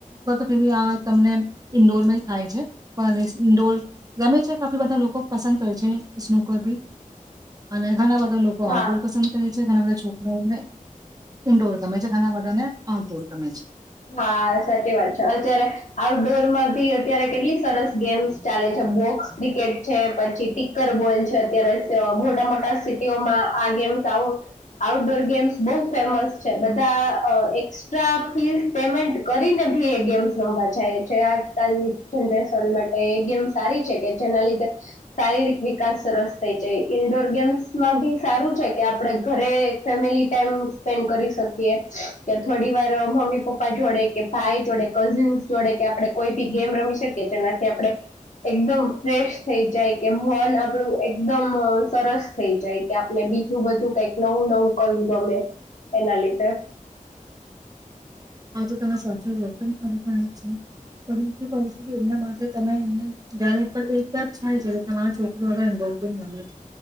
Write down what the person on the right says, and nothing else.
ી આ તમને ઈન્ડોરમાં થાય છે પણ ઇન્ડોર ગમે છે કેટલી બધા લોકો પસંદ કરે છે સ્નુકર બી અને ઘણા બધા લોકો
આઉટડોર પસંદ કરે ઘ બધાછો ઘર ઇડોર ગમે છે ઘના વાધા ને હા તો તમે છે
હજુ તમે સાચી ક છું કે એમના માટે તમે એમને જારે પણ એક બાદ થાય છે તમારા છોકરોવે ઇોર ગ મળે છે